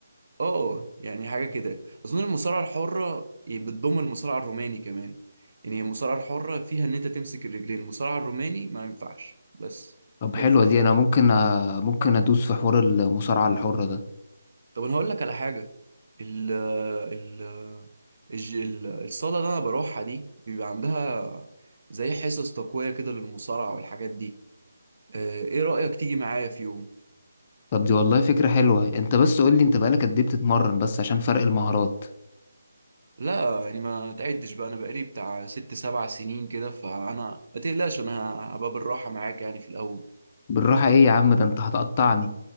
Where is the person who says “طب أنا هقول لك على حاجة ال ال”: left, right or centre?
Right